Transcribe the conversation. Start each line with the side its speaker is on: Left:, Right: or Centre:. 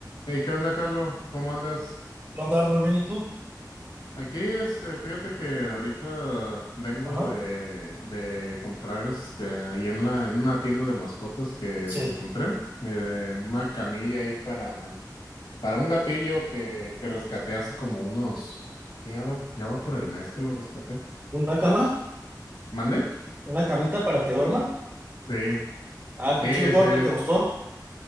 Left: Hey, ¿qué onda, Carlos? ¿Cómo andas?
Right: ¿Qué onda, Arnold? ¿Bien y tú?
Left: Aquí, este, fíjate que ahorita vengo
Right: Ajá.
Left: de, de comprar, este, ahí en la, en una tienda de mascotas que
Right: Sí.
Left: me encontré, eh, una camilla ahí para, para un gatillo que, que rescaté hace como unos, ya va, ya va por el mes que lo rescaté.
Right: ¿Una cama?
Left: ¿Mande?
Right: ¿Una camita para que duerma?
Left: Sí,
Right: Ah,
Left: sí,
Right: qué chido, ¿cuánto
Left: sí.
Right: te costó?